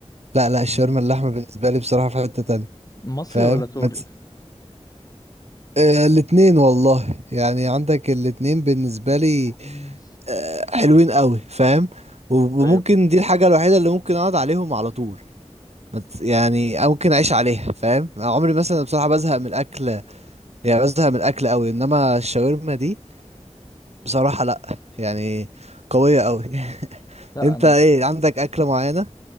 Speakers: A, on the right; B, on the left.
A: لا لا الشاورما
B: مم.
A: اللحمة بالنسبة لي بصراحة في حتة تانية
B: مصري
A: فاهم
B: ولا سوري
A: ما تس- آه الاتنين والله يعني عندك الاتنين بالنسبة لي
B: مم.
A: آه حلوين قوي فاهم و-
B: ايوه
A: وممكن دي الحاجة الوحيدة اللي ممكن أقعد عليهم على طول ما تس- يعني أو ممكن أعيش عليها فاهم عمري مثلا بصراحة بزهق من الأكل يعني بزهق من الأكل قوي إنما الشاورما دي بصراحة لأ يعني قوية أوي <laughs>
B: لا
A: أنت
B: انا
A: إيه
B: ب...
A: عندك أكلة معينة؟